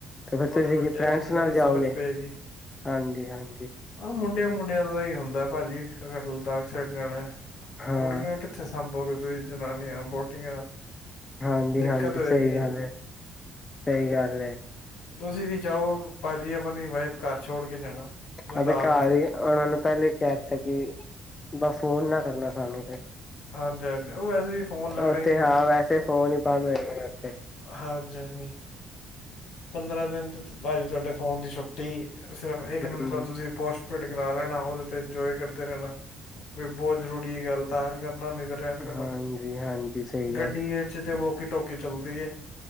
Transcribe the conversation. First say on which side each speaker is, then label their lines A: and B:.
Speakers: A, on the left; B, on the left.
A: ਤੇ ਫਿਰ
B: ਥੋੜੇ
A: ਤੁਸੀਂ
B: ਵੱਡੇ
A: ਕੀ ਫਰੈਂਡਸ
B: ਹੋਣਗੇ
A: ਨਾਲ
B: ਨਾ
A: ਜਾਓਗੇ
B: ਸਮਝ ਪਏਗੀ
A: ਹਾਂਜੀ ਹਾਂਜੀ
B: ਆਹ ਮੁੰਡਿਆਂ ਮੁੰਡਿਆਂ ਦਾ ਹੀ ਹੁੰਦਾ ਹੈ ਭਾਜੀ ਅਗਰ ਲਦਾਖ ਸਾਈਡ ਜਾਣਾ
A: ਹਾਂ
B: ਕੁੜੀਆਂ ਕਿੱਥੇ ਸਾਂਭੋਗੇ ਦ <inaudible> ਜਨਾਨੀਆਂ ਬਹੁਟੀਆਂ
A: ਹਾਂਜੀ
B: ਦਿੱਕਤ
A: ਹਾਂਜੀ
B: ਹੋਏਗੀ
A: ਸਹੀ ਗੱਲ ਏ ਸਹੀ ਗੱਲ
B: ਤੁਸੀਂ ਵੀ ਜਾਓ ਭਾਜੀ ਆਪਣੀ ਵਾਈਫ ਘਰ ਛੋੜ ਕੇ ਜਾਣਾ ਲਦਾਖ
A: ਉਹਦੇ ਘਰ ਹੀ ਉਹਨਾਂ ਨੂੰ ਪਹਿਲੇ ਹੀ ਕਹਿ ਦਿੱਤਾ ਕਿ ਬੱਸ ਫੋਨ ਨਾ ਕਰਨਾ ਸਾਨੂੰ ਫ
B: ਹਾਂਜੀ ਹਾਂਜੀ ਉਹ ਵੈਸੇ ਵੀ ਫੋਨ ਲੱਗਣਾ
A: ਉੱਥੇ
B: ਹੀ ਨਹੀਂ
A: ਹਾਂ ਵੈਸੇ ਫੋਨ ਹੀ ਬੰਦ ਹੋ ਜਾਇਗਾ ੳੱਥੇ
B: ਹਾਂਜੀ ਜੀ ਪੰਦਰਾਂ ਦਿਨ ਤੇ, ਭਾਜੀ ਤੁਹਾਡੇ ਫੋਨ ਦੀ ਛੁੱਟੀ। ਸਿਰਫ ਇੱਕ ਨੰਬਰ
A: ਹਮ
B: ਤੁਸੀਂ ਪੋਸ਼ਟ ਫਿਟਕਰਾ ਲੈਣਾ, ਉਹਦੇ ਤੇ ਇੰਜੋਏ ਕਰਦੇ ਰਹਿਣਾ ਵੀ ਬਹੁਤ ਜ਼ਰੂਰੀ ਆ ਯਾਰ ਨਾਨੀ ਕੇ ਰਹਿਣ ਦੇਣਾ,
A: ਹਾਂਜੀ ਹਾਂਜੀ ਸਹੀ ਗੱਲ
B: ਗੱਡੀਏ ਚ ਤੇ ਮੌਕ ਟੋਕੇ ਚੱਲਦੀ ਏ।